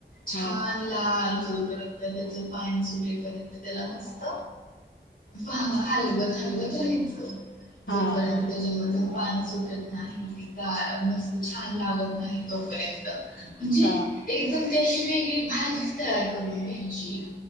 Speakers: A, on the left (about 50°); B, on the left (about 75°).
A: छान
B: हम्म
A: लाल होईपर्यंत त्याच पाणी सुटेपर्यंत त्याला मस्त भा... हलवत हलवत राहायचं.
B: हा
A: जोपर्यंत
B: हा
A: त्याला म.. पाणी सुटत नाही की काय मस्त छान लागत नाही तोपर्यंत म्हणजे
B: हा
A: एकदम अशी वेगळी भाजीच तयार करून घ्यायची